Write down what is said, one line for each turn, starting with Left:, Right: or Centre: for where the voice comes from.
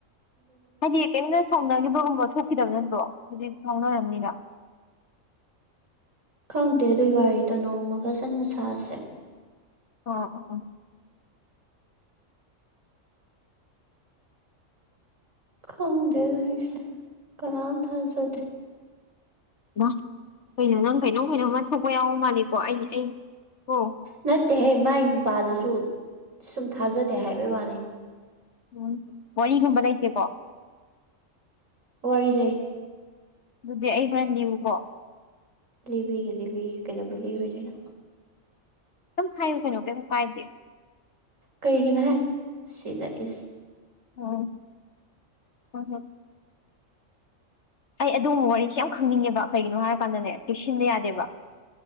Left: ꯍꯥꯏꯗꯤ ꯀꯔꯤꯝꯇ ꯁꯥꯎꯅꯈꯤꯕꯒꯨꯝꯕ ꯊꯣꯛꯈꯤꯗꯕ ꯅꯠꯇ꯭ꯔꯣ ꯍꯧꯖꯤꯛ ꯐꯎꯅꯔꯔꯕꯝꯅꯤꯗ
Right: ꯈꯪꯗꯦ ꯑꯗꯨꯏ ꯋꯥꯔꯤꯗꯣ ꯅꯣꯡꯃ ꯐꯖꯅ ꯁꯥꯁꯦ
Left: ꯑꯣ ꯑꯣ
Right: ꯈꯪꯗꯦ ꯑꯩꯁꯦ ꯀꯅꯥꯝ ꯊꯥꯖꯗꯦ
Left: ꯏꯃꯥ ꯀꯩꯅꯣ ꯅꯪ ꯀꯩꯅꯣ ꯀꯩꯅꯣꯝꯃ ꯊꯣꯛꯄ ꯌꯥꯎꯕ ꯃꯥꯜꯂꯤꯀꯣ ꯑꯩ ꯑꯩ ꯀꯣ
Right: ꯅꯠꯇꯦꯍꯦ ꯃꯥꯏ ꯅꯨꯄꯥꯗꯨꯁꯨ ꯁꯨꯝ ꯊꯥꯖꯗꯦ ꯍꯥꯏꯕꯩ ꯋꯥꯅꯤ
Left: ꯎꯝ ꯋꯥꯔꯤꯒꯨꯝꯕ ꯂꯩꯇꯦꯀꯣ
Right: ꯋꯥꯔꯤ ꯂꯩ
Left: ꯑꯗꯨꯗꯤ ꯑꯩ ꯍꯦꯔꯦꯟ ꯂꯤꯌꯨꯀꯣ
Right: ꯂꯤꯕꯤꯒꯦ ꯂꯤꯕꯤꯒꯦ ꯀꯩꯗꯧꯕ ꯂꯤꯔꯣꯏꯗꯣꯏꯅꯣ
Left: ꯑꯗꯨꯝ ꯍꯥꯏꯌꯨ ꯀꯩꯅꯣ ꯀꯩꯝ ꯀꯥꯏꯗꯦ
Right: ꯀꯩꯒꯤꯅꯣ ꯍꯦꯏ ꯁꯤꯗ ꯏꯁ
Left: ꯑꯣ ꯍ ꯍ ꯑꯩ ꯑꯗꯣꯕ ꯋꯥꯔꯤꯁꯤꯦ ꯌꯥꯝ ꯈꯪꯅꯤꯡꯉꯦꯕ ꯀꯩꯒꯤꯅꯣ ꯍꯥꯏꯔꯀꯥꯟꯗꯅꯦ ꯆꯦꯛꯁꯤꯟꯗ ꯌꯥꯗꯦꯕ